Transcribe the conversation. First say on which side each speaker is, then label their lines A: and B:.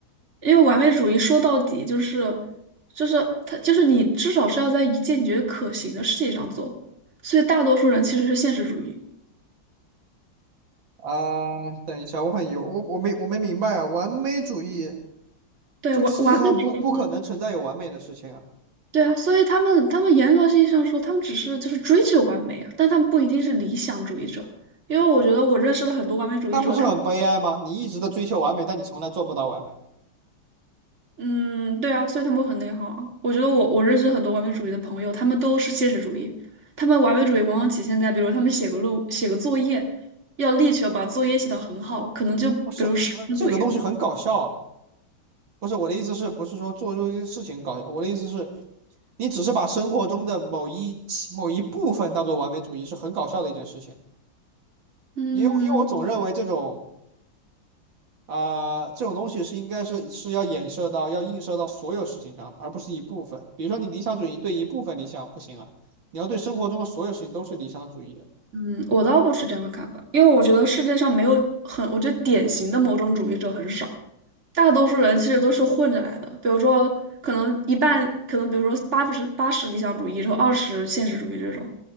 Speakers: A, on the right; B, on the right.
A: 因为完美主义说到底就是就是他就是你至少是要在一件你觉得可行的事情上做，所以大多数人其实是现实主义。
B: 啊、等一下，我很油，我我没我没明白啊。完美主义，
A: 对，
B: 这个世界上不不可能存在有完美的事情啊，
A: 完完美主义。对啊，所以他们他们严格意义上说，他们只是就是追求完美啊，但他们不一定是理想主义者，因为我觉得我认识了很多完美主义者，
B: 那不是很悲哀吗？
A: 他们
B: 你一直的追求完美，但你从来做不到完美。
A: 嗯，对啊，所以他们会很内耗啊。我觉得我我认识很多完美主义的朋友，他们都是现实主义，他们完美主义往往体现在，比如他们写个论写个作业，要力求把作业写得很好，可能就比如十分作业。
B: 不是，那这个东西很搞笑啊。不是我的意思是，不是说做这件事情搞笑，我的意思是，你只是把生活中的某一某一部分当做完美主义，是很搞笑的一件事情。
A: 嗯
B: 因为因为我总认为这种啊、呃这种东西是应该是是要衍射到要映射到所有事情上，而不是一部分。比如说你理想主义对一部分理想不行啊，你要对生活中的所有事情都是理想主义啊。
A: 嗯，我倒不是这样的看法，因为我觉得世界上没有很，我觉得典型的某种主义者很少。大多数人其实都是混着来的，比如说可能一半，可能比如说八十八十理想主义，然后二十现实主义这种，